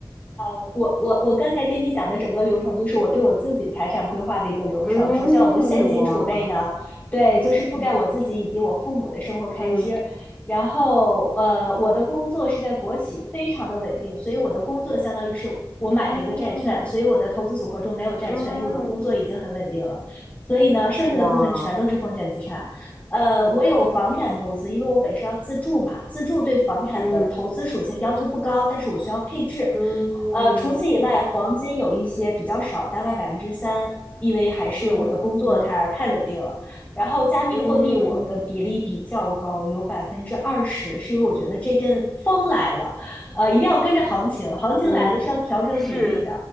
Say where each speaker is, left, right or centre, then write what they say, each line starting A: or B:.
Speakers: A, on the left (about 20°); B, in the centre.
A: 呃，我我我刚才跟你讲的整个流程，就是我对我自己财产规划的一个流程。
B: 嗯，
A: 首先，我的现金储备呢，
B: 哇，
A: 对，就是覆盖我自己以及我父母的生活开支。
B: 嗯嗯。
A: 然后，呃，我的工作是在国企，非常的稳定，所以我的工作相当于是我买了一个债券，
B: 嗯
A: 所以我的投资组合中没有债券，
B: 嗯，
A: 因为我的工作已经很稳定了。所以呢，剩下的部分全都是风险资产。
B: 哇，
A: 呃，我有房产投资，因为我本身要自住嘛，自住对房产的投资属性要求不高，
B: 嗯
A: 但是我需要配置。
B: 嗯
A: 呃，除此以外，黄金有一些比较少，大概百分之三，因为还是我的工作它太稳定了。
B: 嗯嗯
A: 然后加密货币我的比例比较高，
B: 嗯
A: 有百分之二十，是因为我觉得这阵风来了，
B: 嗯，
A: 呃，一定要跟着行情，行情来了是要调整比例的。
B: 嗯是，